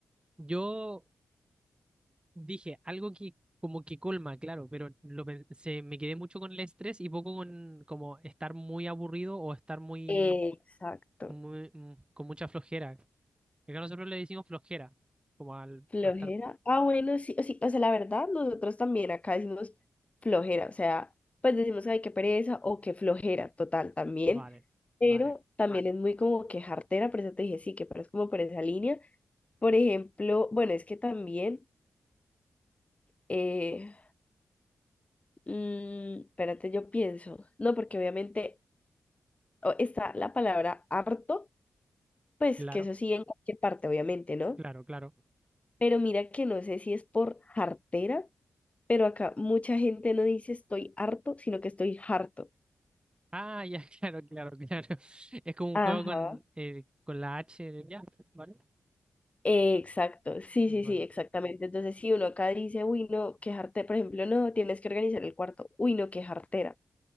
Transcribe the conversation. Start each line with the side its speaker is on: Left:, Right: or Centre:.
Right: yo dije algo que como que colma, claro, pero lo pensé, me quedé mucho con el estrés y poco con como estar muy aburrido o estar muy,
Left: Exacto.
Right: muy mm, con mucha flojera. Acá nosotros le decimos flojera, como al,
Left: Flojera.
Right: a estar,
Left: Ah, bueno, sí, o sí, o sea, la verdad, nosotros también acá decimos flojera, o sea, pues decimos, ay, qué pereza o qué flojera, total, también,
Right: vale,
Left: pero
Right: vale,
Left: también es muy como que jartera, por eso te dije, sí, que pero es como por esa línea. Por ejemplo, bueno, es que también, eh, mm, espérate, yo pienso, no, porque obviamente o- está la palabra harto, pues
Right: claro.
Left: que eso sí en cualquier parte, obviamente, ¿no?
Right: Claro, claro.
Left: Pero mira que no sé si es por jartera pero acá mucha gente no dice estoy harto, sino que estoy harto.
Right: Ah, ya, <laughs> claro, claro, claro. Es como un
Left: Ajá.
Right: juego con, eh, con la H. de- Ya, vale.
Left: Exacto, sí,
Right: Vale.
Left: sí, sí, exactamente. Entonces, si uno acá dice, uy, no, qué jartera por ejemplo, no, tienes que organizar el cuarto, uy, no, qué jartera.